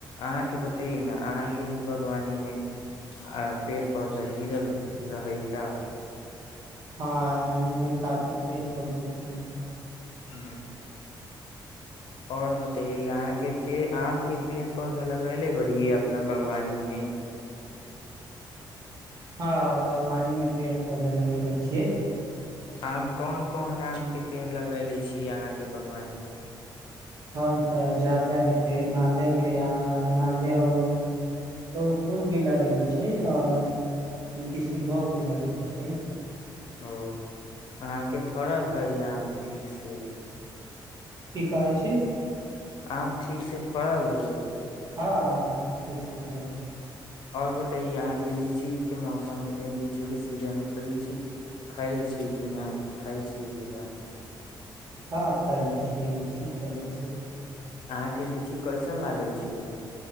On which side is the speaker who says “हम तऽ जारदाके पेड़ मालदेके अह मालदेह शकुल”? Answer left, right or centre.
Right